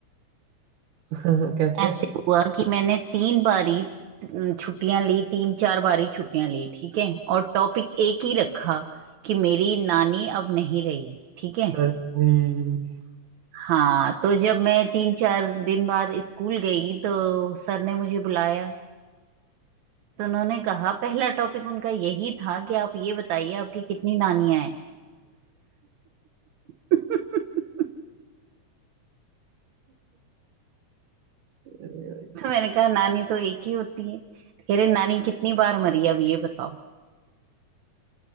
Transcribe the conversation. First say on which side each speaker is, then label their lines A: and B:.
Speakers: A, on the right; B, on the right.
A: <laughs> कैसे
B: ऐसे हुआ कि मैंने तीन बारी अम, छुट्टियां ली तीन चार बारी छुट्टियां ली ठीक है और टॉपिक एक ही रखा कि मेरी नानी अब नहीं रही ठीक है
A: अरे भाई
B: हाँ तो जब मैं तीन चार दिन बाद स्कूल गई तो सर ने मुझे बुलाया तो उन्होंने कहा पहला टॉपिक उनका यही था कि आप ये बताइए आपकी कितनी नानियां हैं <laughs>
A: <laughs>
B: तो मैंने कहा नानी तो एक ही होती है कह रहे नानी कितनी बार मरी अब ये बताओ